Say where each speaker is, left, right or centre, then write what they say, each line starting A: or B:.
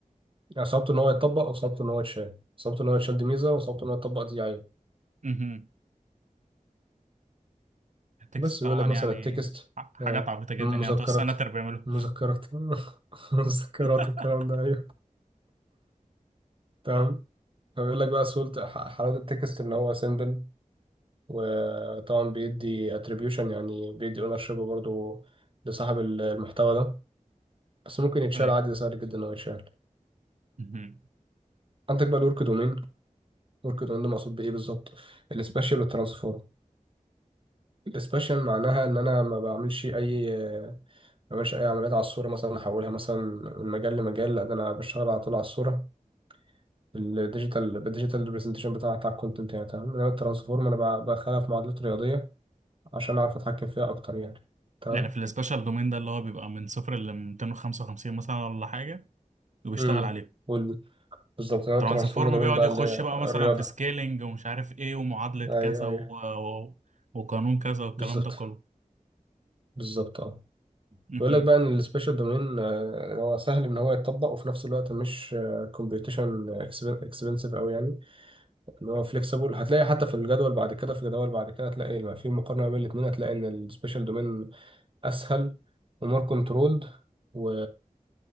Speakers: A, on the right; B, on the right.
A: صعبته ان هو يتطبق وصعبته ان هو يتشال صعبته ان هو يتشال دي ميزه وصعبته ان هو يتطبق دي عيب
B: مهم. التكست
A: بس
B: طبعا
A: بيقول لك مثلا
B: يعني
A: التكست
B: ح- حاجات
A: آه،
B: عبيطه جدا
A: المذكرات
B: يعني بتوع السناتر بيعملوا
A: المذكرات <laughs> المذكرات
B: <laughs>
A: والكلام ده ايوه تمام فبيقول لك بقى سهولة ح- حلاوة التكست ان هو سيمبل وطبعا بيدي اتريبيوشن يعني بيدي اونر شيب برضه لصاحب ال- المحتوى ده بس ممكن يتشال
B: ايوه
A: عادي ده سهل جدا ان هو يتشال
B: مهم.
A: عندك بقى الورك دومين الورك دومين ده مقصود بايه بالظبط السبيشال والترانسفورم السبيشال معناها ان انا ما بعملش اي ما بعملش اي عمليات على الصوره مثلا احولها مثلا من مجال لمجال لا ده انا بشتغل على طول على الصوره بالديجيتال بالديجيتال ريبرزنتيشن بتاع بتاع الكونتنت يعني تمام انما الترانسفورم انا ب- بخلها في معادلات رياضيه عشان اعرف اتحكم فيها اكتر يعني تمام
B: يعني في السبيشال دومين ده اللي هو بيبقى من صفر ل 255 مثلا ولا حاجه وبيشتغل
A: امم
B: عليه
A: وال- بالظبط انا
B: ترانسفورم
A: الترانسفورم دومين
B: بيقعد
A: بقى
B: يخش
A: اللي هي
B: بقى مثلا
A: الرياضه
B: في سكيلينج ومش عارف ايه ومعادلة كذا
A: ايوه
B: و...
A: ايوه
B: و... وقانون كذا والكلام
A: بالظبط
B: ده كله
A: بالظبط اه
B: مهم.
A: بيقول لك بقى ان السبيشال دومين هو سهل ان هو يتطبق وفي نفس الوقت مش كومبيوتيشن اكسبنسيف قوي يعني اللي هو فليكسيبل هتلاقي حتى في الجدول بعد كده في جدول بعد كده هتلاقي لما في مقارنة بين الاثنين هتلاقي ان السبيشال دومين اسهل ومور كنترولد و